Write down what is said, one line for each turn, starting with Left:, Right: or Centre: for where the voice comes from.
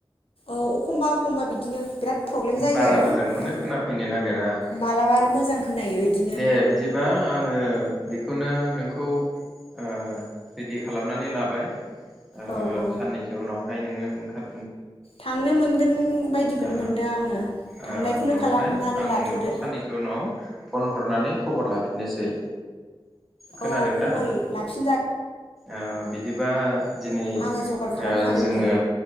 Left: औ अखमबा अखमबा बिदिनो। बिराद प्रब्लेम जायो
Centre: बारा
Left: आरो
Centre: मोजांखौनो
Left: ओमफ्राय
Centre: खोनाफैनो नागिरा
Left: मालाबा आरो मोजां खोनायो बिदिनो
Centre: दे बिदिबा आङो बेखौनो नोंखौ ओ रेडि खालामनानै लाबाय। ओ
Left: औ औ
Centre: साननैसो उनाव फाय नोङो ओंखार
Left: थांनो मोनगोन बायदिखौनो
Centre: ओ
Left: मोनदों आङो।
Centre: ओ
Left: थांनायखौनो
Centre: उनावहाय
Left: खालामनानै
Centre: आं
Left: लाथ'दो
Centre: नोंखौ साननैसो उनाव खौ फन हरनानै खबर लाफिननोसै। खोनादों
Left: औ खबर
Centre: दा
Left: ल-लाफिन
Centre: ओ बिदिबा दिनै
Left: आङो जगार खालामखागोन
Centre: ओ जोङो
Left: दे